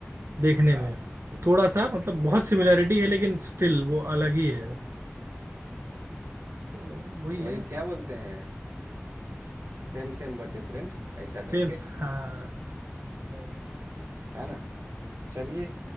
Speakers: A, on the right; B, on the right.
A: देखने
B: हाँ
A: में थोड़ा सा मतलब
B: वैसा
A: बहुत सिमिलैरिटी
B: ही
A: है लेकिन स्टिल वो अलग ही है तो वही
B: वही
A: है
B: क्या बोलते हैं सेम सेम बट डिफरेंट ऐसा
A: सेम
B: करके
A: हाँ नहीं
B: है ना चलिए